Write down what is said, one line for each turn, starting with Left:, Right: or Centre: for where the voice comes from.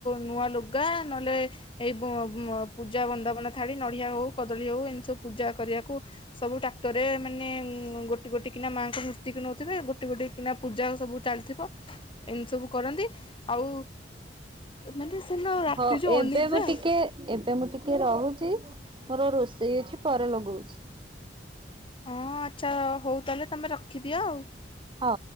Left: ନୂଆ ଲୁଗା ନହେଲେ ଏଇ ପୂଜା ବନ୍ଦାବନ ଥାାଡ଼ି ନଡ଼ିଆ ହେଉ କଦଳୀ ହଉ ଏନି ସବୁ ପୂଜା କରିବାକୁ ସବୁ ଟ୍ରାକ୍ଟରରେ ମାନେ ଗୋଟିେ ଗୋଟ କିନା ମାଆଙ୍କ ମୂର୍ତ୍ତିକୁ ନେଉଥିବେ ଗୋଟେ ଗୋଟ କିନା ପୂଜା ସବୁ ଚାଲିଥିବ ଏମିତି ସବୁ କରନ୍ତି ଆଉ ମାନେ ସେଦିନ ରାତି
Right: ହଁ
Left: ଯେଉଁ
Right: ଏବେ
Left: ଅନିଦ୍ରା
Right: ମୁଁ ଟିକେ ଏବେ ମୁଁ ଟିକେ ରହୁଛି। ମୋର ରୋଷେଇ ଅଛି ପରେ ଲଗଉଛି।
Left: ହଁ ଆଚ୍ଛା ହଉ ତାହେଲେ ତମେ ରଖ ରଖିଦିଅ ଆଉ।
Right: ହଁ।